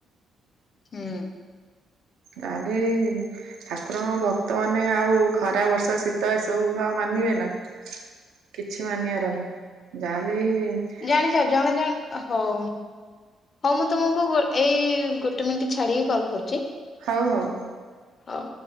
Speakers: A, on the left; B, on the right.
A: ହୁଁ।
B: ଆଲି <unintelligible> ଠାକୁରଙ୍କ ଭକ୍ତ ମାନେ ଆଉ ଖରା ବର୍ଷା ଶୀତ ଏସବୁ କୁ ଆଉ ମାନିବେ ନା କିଛି ମାନିବାର ନାହିଁ, ଯାହାହେଲେ ବି
A: ଜାଣିଛ ଜଣେ ଜାଣେ ହଉ ହଁ ମୁଁ ତମକୁ ଗୋ ଏଇ ଗୋଟେ ମିନିଟ ଛାଡିକି କଲ କରୁଛି।
B: ହଉ ହଉ।
A: ହଉ।